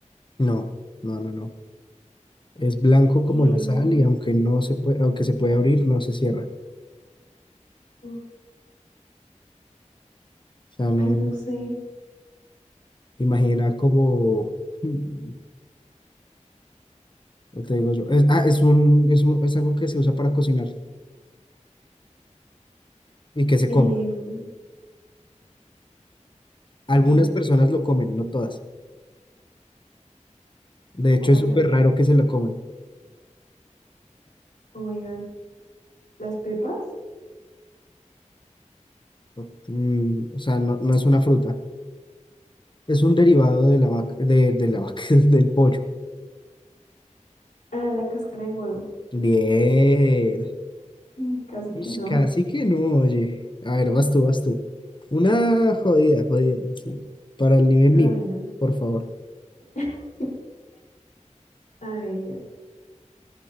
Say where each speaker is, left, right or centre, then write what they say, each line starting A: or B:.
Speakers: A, on the left; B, on the left.
A: No, no, no, no. Es blanco
B: Eh,
A: como la sal y aunque no se puede, aunque se puede abrir, no se cierra.
B: uf,
A: O sea, no,
B: ay, no sé.
A: imagina como, <laughs> ¿cómo te digo yo, es, ah, es un, es un- es algo que se usa para cocinar y que se
B: Eh,
A: come.
B: ok,
A: Algunas
B: ok.
A: personas lo comen, no todas. De hecho,
B: Oh my
A: es súper
B: God.
A: raro que se lo coman.
B: Oh my God. ¿Las pepas?
A: O, mm, o sea, no, no es una fruta. Es un derivado de la vaca, de, de la vaca, <laughs> del pollo.
B: Ah, la cáscara de huevo.
A: Bien.
B: Mm, Casi que
A: Ish,
B: no.
A: Casi que no, oye. A ver, vas tú, vas tú. Una jodida, jodida, sí. Para el nivel
B: Ah,
A: mío,
B: bueno.
A: por favor.
B: <laughs> A ver.